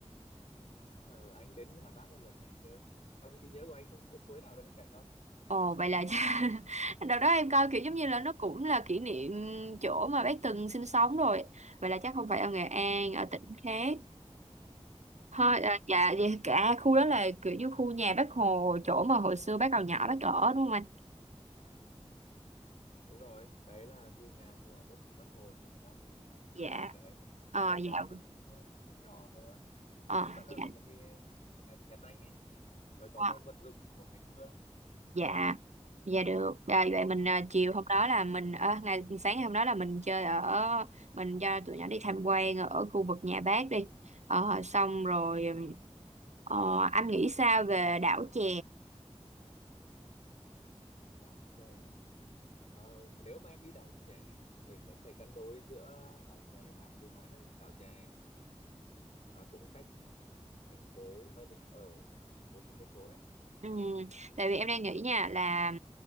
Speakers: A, on the left (about 80°); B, on the right (about 85°).
A: ừ, anh đến nhà bác một lần anh nhớ trong trí nhớ của anh không có suối nào đâu bên cạnh đâu
B: Ồ vậy là <laughs> đợt đó em coi kiểu giống như là nó cũng là kỷ niệm chỗ mà bác từng sinh sống rồi vậy là chắc không phải ở Nghệ An ở
A: ừ.
B: tỉnh khác thôi
A: ừ,
B: à, dạ dạ, cả
A: Ừ.
B: khu đó là kiểu như khu nhà bác Hồ chỗ mà hồi xưa bác còn nhỏ bác ở đúng không anh
A: đúng rồi đấy là khu nhà của bố mẹ bác Hồ sinh ra bác và
B: dạ
A: bác ở đấy một
B: ờ
A: thời
B: dạ
A: gian lúc à, nhỏ thôi ừ.
B: ờ
A: thì vẫn là
B: dạ
A: có một cái nhà, nhà tranh ấy rồi có
B: Ờ.
A: các vật dụng của ngày xưa
B: dạ dạ được à, vậy mình à, chiều
A: thì mình
B: hôm đó là mình ờ, ngày sáng ngày hôm đó là mình chơi ở mình cho tụi nhỏ đi tham quan ở khu vực nhà bác đi Ờ, xong rồi ừm,
A: ừ,
B: ờ, anh nghĩ sao về đảo chè
A: đảo chè Ờ, nếu mà em đi đảo chè mình sẽ phải cân đối giữa đảo chè và Phú Mát đấy đảo chè ờ, cũng cách ừm, thành phố nơi mình ở khoảng 40 cây số đấy
B: Ừm, tại vì em đang nghĩ nha là